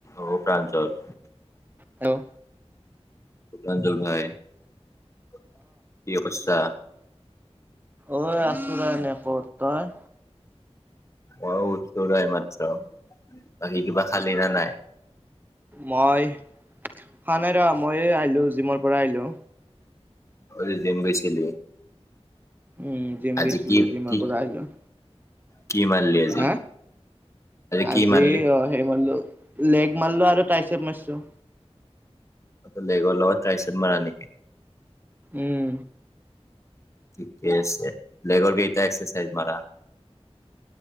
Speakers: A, on the left; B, on the right.
A: অ ব্ৰাঞ্চত
B: হেল্ল
A: অঞ্জল ভাই প্ৰিয় বচা
B: অঐ আছোৰা নে কত তই
A: মই উঠ নাই মাত্ৰ বাকী কিবা খালি নে নাই।
B: মই হা খোৱা নাই ৰ মই আহিলো জিমৰ পৰা আহিলো।
A: আজি জিম গৈছিলি।
B: উম জিম
A: আজি
B: গেছিলো
A: কি
B: জিমৰ
A: কি
B: পৰা আহিলো।
A: কি মাৰলি আজি?
B: হা
A: কি
B: আজি
A: মাৰলি?
B: অ সেই বন্ধো লেগ মাৰলো আৰু টাই চপ মাৰিছো।
A: অটো লাগি গ'ল টাইছত মাৰা নেকি
B: উম
A: ঠিকেই আছে লেগৰ কেইটা এক্সাৰচাইজ মাৰা